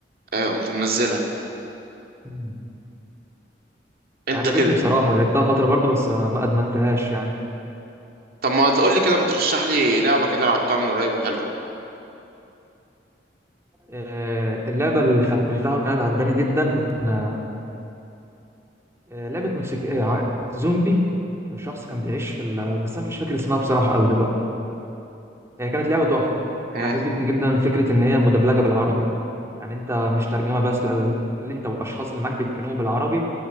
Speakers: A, on the right (about 55°); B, on the right (about 15°).
A: آه، قمت منزلها
B: مم.
A: انت
B: عجبتني
A: كده
B: بصراحة لعبتها فترة برضو بس آه، ما أدمنتهاش يعني
A: طب ما تقول لي كده ما ترشح لي لعبة كده لعبتها من قريب وحلوه
B: آه، اللعبة اللي ختمتها وكانت عجباني جدا آه، آه، لعبة موتسيك... آه، ع- زومبي وشخص كان بيعيش في ال... بس أنا مش فاكر اسمها بصراحة أوي دلوقتي هي كانت لعبة تحفة كانت
A: مم،
B: عجبتني جدا فكرة إن هي مدبلجة بالعربي يعني أنت مش ترجمة بس لا اللي أنت والأشخاص اللي معاك بيتكلموا بالعربي